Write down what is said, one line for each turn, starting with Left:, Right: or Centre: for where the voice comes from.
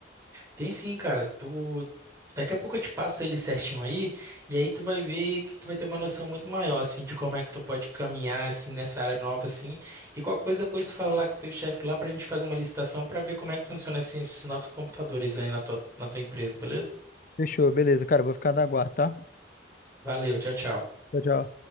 Right: Tem sim, cara. Tu daqui a pouco eu te passo ele certinho aí, e aí tu vai ver que tu vai ter uma noção muito maior assim de como é que tu pode caminhar assim nessa área nova assim. E qualquer coisa depois tu fala lá com o teu chefe lá pra gente fazer uma licitação pra ver como é que funciona assim, esses novos computadores aí na tua, na tua empresa, beleza?
Left: Fechou, beleza, cara, eu vou ficar na guarda, tá?
Right: Valeu, tchau, tchau.
Left: Tchau, tchau.